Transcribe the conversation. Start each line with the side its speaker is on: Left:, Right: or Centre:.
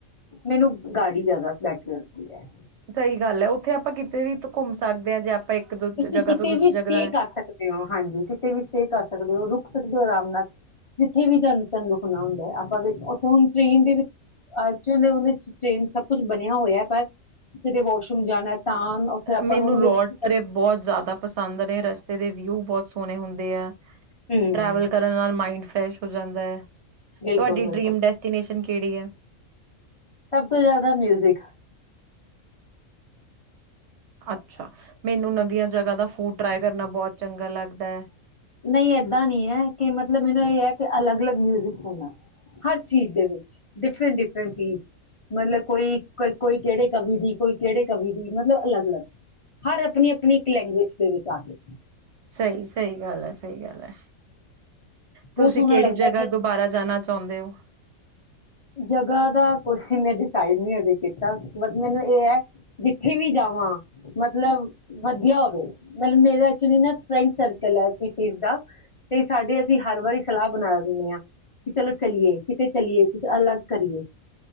Left: ਮੈਨੂੰ ਗਾੜੀ ਜਿਆਦਾ ਬੈਟਰ ਲੱਗਦੀ ਹੈ।
Right: ਸਹੀ ਗੱਲ ਹੈ, ਉੱਥੇ ਆਪਾਂ ਕਿਤੇ ਵੀ ਘੁੰਮ ਸਕਦੇ ਹਾਂ ਜੇ ਇੱਕ ਦੋ
Left: ਤੁਸੀਂ
Right: ਜਗ੍ਹਾ
Left: ਕਿਤੇ
Right: ਤੋਂ ਦੂਜੀ
Left: ਵੀ
Right: ਜਗ੍ਹਾ
Left: ਸਟੇ
Right: ਜਾਣਾ।
Left: ਕਰ ਸਕਦੇ ਹੋ ਹਾਂਜੀ, ਕਿਤੇ ਵੀ ਸਟੇ ਕਰ ਸਕਦੇ ਹੋ ਰੁਕ ਸਕਦੇ ਹੋ ਆਰਾਮ ਨਾਲ ਜਿੱਥੇ ਵੀ ਧਨ ਤਨ ਰੁਕਣਾ ਹੁੰਦਾ ਹੈ, ਆਪਾਂ ਦੇ ਉੱਥੇ ਹੁਣ ਟਰੇਨ ਦੇ ਵਿੱਚ ਐਕਚੁਲੀ ਟ੍ਰੇਨ ਸ ਕੁੱਛ ਬਣਿਆ ਹੋਇਆ ਪਰ ਕਿਤੇ ਵਾਸ਼ਰੂਮ ਜਾਣਾ। ਤਾ ਉੱਥੇ ਆਪਾਂ
Right: ਮੈਨੂੰ
Left: ਉਹਦੇ
Right: ਰੋਡ
Left: ਵਿੱਚ ਕੀ ਕਰਨਾ।
Right: ਟ੍ਰਿਪ ਬਹੁਤ ਜ਼ਿਆਦਾ ਪਸੰਦ ਨੇ, ਰਸਤੇ ਦੇ ਵਿਊ ਬਹੁਤ ਸੋਹਣੇ ਹੁੰਦੇ ਹੈ।
Left: ਹਮ
Right: ਟਰੈਵਲ ਕਰਨ ਨਾਲ ਮਾਈੰਡ ਫਰੈਸ਼ ਹੋ ਜਾਂਦਾ ਹੈ।
Left: ਬਿਲਕੁਲ
Right: ਤੁਹਾਡੀ
Left: ਬਿਲਕੁਲ
Right: ਡਰੀਮ ਡੈਸਟੀਨੇਸ਼ਨ ਕਿਹੜੀਆਂ।
Left: ਸਭ ਤੋਂ ਜ਼ਿਆਦਾ ਮਿਊਜਿਕ
Right: ਅੱਛਾ ਮੈਨੂੰ ਨਵੀਆਂ ਜਗਾ ਦਾ ਫੂਡ ਟਰਾਈ ਕਰਨਾ ਬਹੁਤ ਚੰਗਾ ਲੱਗਦਾ ਹੈ।
Left: ਨਹੀਂ ਏਦਾਂ ਨਹੀਂ ਹੈ, ਕਿ ਮਤਲਬ ਮੈਨੂੰ ਇਹ ਹੈ ਕਿ ਅਲੱਗ ਅਲੱਗ ਮਿਊਜਿਕ ਸੁਣਨਾ ਹਰ ਚੀਜ਼ ਦੇ ਵਿੱਚ ਡਿਫਰੈਂਟ ਡਿਫਰ ਹਾਂਜੀ, ਮਤਲਬ ਕੋਈ ਕੋਈ ਕਿਹੜੇ ਕਵੀ ਦੀ ਕੋਈ ਕਿਹੜੇ ਕਵੀ ਦੀ ਮਤਲਬ ਅਲੱਗ, ਅਲੱਗ ਹਰ ਆਪਣੀ ਆਪਣੀ ਇੱਕ ਲੈਂਗੁਏਜ ਦੇ ਵਿੱਚ ਆ ਕੇ
Right: ਸਹੀ, ਸਹੀ ਗੱਲ ਹੈ ਸਹੀ ਗੱਲ ਹੈ। ਤੁਸੀਂ
Left: ਬਹੁਤ ਸੋਹਣਾ
Right: ਕਿਹੜੀ
Left: ਲੱਗਦਾ
Right: ਜਗ੍ਹਾ
Left: ਕਿ
Right: ਦੁਬਾਰਾ ਜਾਣਾ ਚ ਚਾਹੁੰਦੇ ਹੋ।
Left: ਜਗ੍ਹਾ ਦਾ ਕੁਛ ਮੈਂ ਡਿਸਾਈਡ ਨੀ ਹਜੇ ਕੀਤਾ ਮਤਲਬ ਇਹ ਹੈ ਜਿੱਥੇ ਵੀ ਜਾਵਾਂ ਮਤਲਬ ਵਧੀਆ ਹੋਵੇ ਮਤਲਬ ਮੇਰਾ ਐਕਚੁਲੀ ਨਾ ਫਰੈਂਡ ਸਰਕਲ ਹੈ, ਕਿੱਟੀ ਦਾ ਤੇ ਸਾਡੇ ਅਸੀਂ ਹਰ ਵਾਰੀ ਸਲਾਹ ਬਣਾ ਦਿੰਦੇ ਹਾਂ ਕਿ ਚਲੋ ਚਲੀਏ ਕਿਤੇ ਚੱਲੀਏ। ਕੁਛ ਅਲੱਗ ਕਰੀਏ